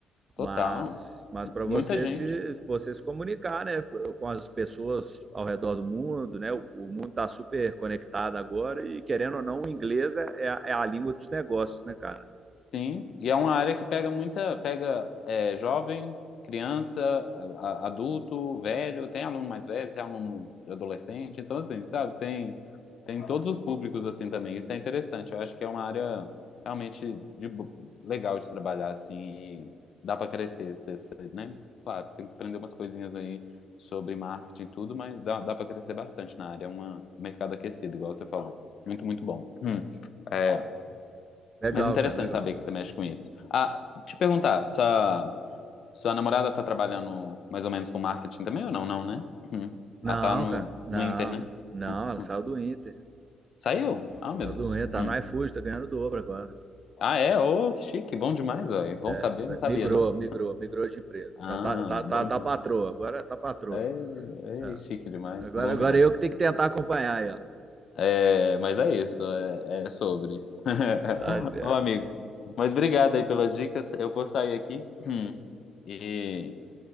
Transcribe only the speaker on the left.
total,
muita
gente.
Sim, e é uma área que pega muita, pega é, jovem, criança, a- a- adulto, velho, tem aluno mais velho, tem aluno adolescente, então assim, sabe, tem, tem todos os públicos assim também, isso é interessante, eu acho que é uma área realmente de, bo- legal de trabalhar assim, e dá para crescer, você- você, né? Claro, tem que aprender umas coisinhas aí sobre marketing e tudo, mas dá, dá para crescer bastante na área, é uma, um mercado aquecido, igual você falou, muito, muito bom. Hum. é,
mas é interessante
saber que você mexe com isso. Ah, te perguntar, sua, sua namorada tá trabalhando mais ou menos com marketing também ou não? Não, né? Hum.
Ela tá no,
no Inter, né?
Hum,
hum.
Saiu? Ah,
meu Deus.
Hum.
Ah, é? Ô, que chique, bom demais, velho. Bom
saber,
não sabia,
não?
Ah,
bom
demais.
Ei,
ei, chique demais,
bom
demais.
É, mas é isso, é, é sobre. <laughs>
Ô, amigo. Mas obrigado aí pelas dicas. Eu vou sair aqui. Hum. E